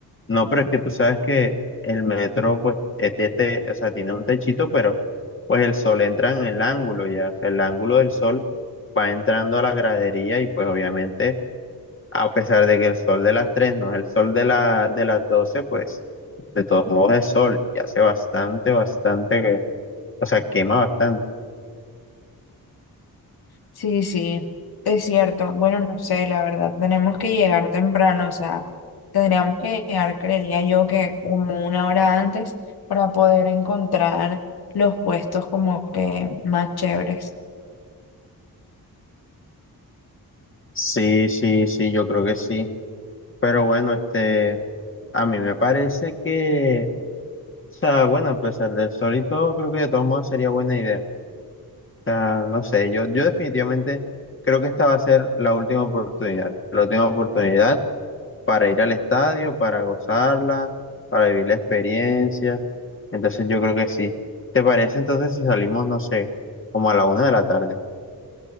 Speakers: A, on the left; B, on the left.
A: no, pero es que tú sabes que el metro, pues, es de te, o sea, tiene un techito, pero pues el sol entra en el ángulo ya, o sea, el ángulo del sol va entrando a la gradería y pues obviamente, a pesar de que el sol de las 3 no es el sol de la, de las 12 pues, de todos modos es sol y hace bastante, bastante, que, o sea, quema bastante.
B: Sí, sí, es cierto. Bueno, no sé, la verdad, tenemos que llegar temprano, o sea, tendríamos que llegar, creería yo, que como una hora antes para poder encontrar los puestos como que más chéveres.
A: Sí, sí, sí, yo creo que sí. Pero bueno, este, a mí me parece que O sea, bueno, a pesar de eso, y todo, creo que de todos modos sería buena idea. O sea, no sé, yo, yo definitivamente creo que esta va a ser la última oportunidad. La última oportunidad para ir al estadio, para gozarla, para vivir la experiencia. Entonces yo creo que sí. ¿Te parece entonces si salimos, no sé, como a la una de la tarde?